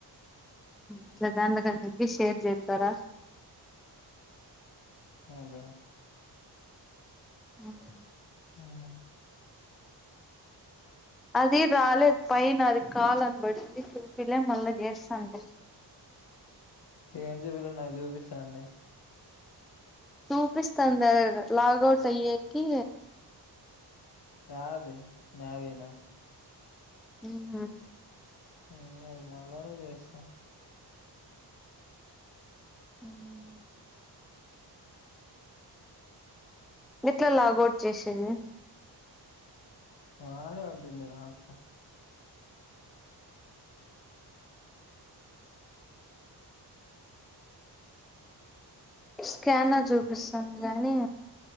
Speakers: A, in the centre; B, on the left.
A: ఇట్లా దాండ్లకి అన్నిటికీ షేర్ చేస్తారా
B: అవుద
A: ఆహ్
B: ఉహ్
A: అది రాలేదు పైన అది కాల్ అని బడింది చూపిలే మళ్ళా చేస్తాండి
B: ఏంటికి చూపియ్యలే నాకు చూపిస్తోంది
A: చూపిస్తాంది అదేదో లాగౌట్ అయ్యేకి
B: యాది నావి నా
A: ఉహ్
B: ఉహ్ అది మళ్ళానే చేస్తా
A: ఆహ్ ఎట్లా లాగౌట్ చేసేది
B: ఆడే ఉంటుంది చూడు ఆప్షన్
A: స్కానర్ చూపిస్తుంది గానీ